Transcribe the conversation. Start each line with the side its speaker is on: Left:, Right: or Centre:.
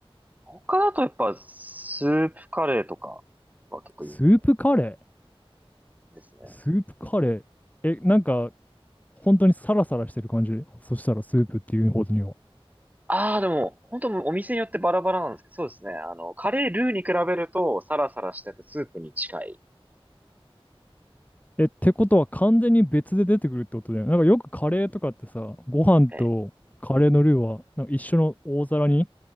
Right: 他だとやっぱスープカレーとかは結構有名
Left: スープカレ
Right: ですね。
Left: ースープカレー。え、なんか、本当にサラサラしてる感じそしたらスープっていうことには。
Right: ああ、でも本当お店によってバラバラなんですけど、そうですね。あの、カレールーに比べるとサラサラしててスープに近い。
Left: え、ってことは完全に別で出てくるってことだよね。なんかよくカレーとかってさ、ご飯とカレーのルーはなんか一緒の大皿に
Right: ええ